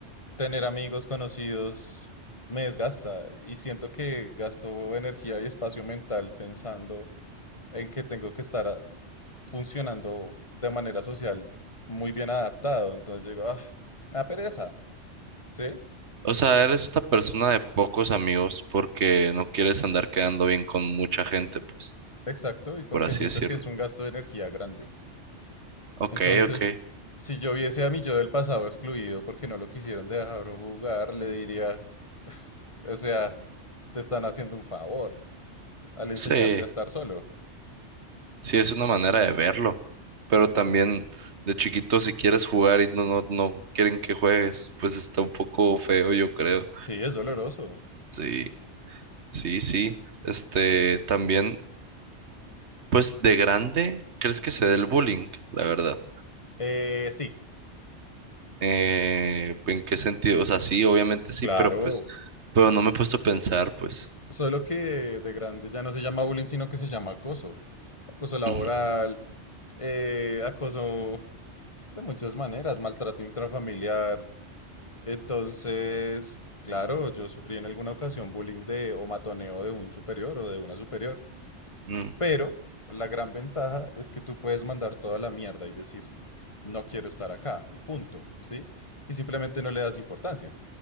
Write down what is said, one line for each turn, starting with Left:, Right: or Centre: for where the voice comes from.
Left: tener amigos conocidos me desgasta y siento que gasto energía y espacio mental pensando en que tengo que estar a- funcionando de manera social muy bien adaptado. Entonces digo, ah, me da pereza. Sí,
Right: O sea, eres una persona de pocos amigos porque no quieres andar quedando bien con mucha gente, pues,
Left: exacto, y porque
Right: por así
Left: siento
Right: decirlo.
Left: que es un gasto de energía grande.
Right: Ok,
Left: Entonces,
Right: ok,
Left: si yo viese a mi yo del pasado excluido porque no lo quisieron dejar jugar, le diría, o sea, te están haciendo un favor al enseñarte
Right: sí.
Left: a estar solo.
Right: Sí, es una manera de verlo, pero también de chiquito si quieres jugar y no, no, no quieren que juegues, pues está un poco feo, yo creo.
Left: Sí, es doloroso.
Right: Sí, sí, sí. Este, también, pues de grande, ¿crees que se dé el bullying? La verdad.
Left: Eh, sí,
Right: Eh, ¿en qué sentido? O sea, sí, obviamente sí,
Left: claro.
Right: pero pues, pero no me he puesto a pensar, pues.
Left: Solo que de grande ya no se llama bullying, sino que se llama acoso. Acoso laboral,
Right: Ujú.
Left: eh, acoso de muchas maneras, maltrato intrafamiliar. Entonces, claro, yo sufrí en alguna ocasión bullying de o matoneo de un superior o de una superior,
Right: mm.
Left: pero la gran ventaja es que tú puedes mandar toda la mierda y decir, no quiero estar acá y punto, ¿sí? Y simplemente no le das importancia.